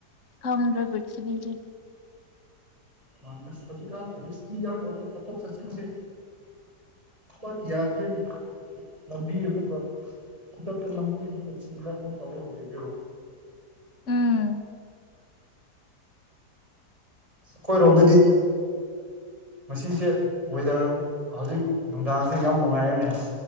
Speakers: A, on the left (about 45°); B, on the right (about 20°).
A: ꯈꯪꯗ꯭ꯔꯦ ꯄꯔꯤꯊꯤꯕꯤꯁꯦ
B: ꯃꯥꯟ ꯑꯁ ꯍꯧꯖꯤꯛ ꯀꯥꯟ ꯔꯤꯁꯛꯀꯤ ꯌꯥꯝ ꯑꯣꯏꯌꯦ ꯆꯠꯊꯣꯛ ꯆꯠꯁꯤꯟꯁꯦ ꯄꯠ ꯌꯥꯗ꯭ꯔꯦꯅꯦ ꯂꯝꯕꯤ ꯑꯃꯨꯛꯀ ꯈꯨꯗꯛꯇ ꯂꯝꯕꯤ ꯑꯃꯒ ꯆꯤꯡꯂꯥꯥ ꯑꯗꯨꯝ ꯇꯧꯕꯔꯒ ꯂꯩꯁꯦꯕꯨ
A: ꯎꯝ
B: ꯑꯩꯈꯣꯏꯔꯣꯝꯗꯗꯤ ꯃꯁꯤꯁꯦ ꯋꯦꯗꯔ ꯍꯧꯖꯤꯛ ꯅꯨꯡꯗꯥꯡꯁꯦ ꯌꯥꯝ ꯅꯨꯡꯉꯥꯏꯔꯦꯅꯦ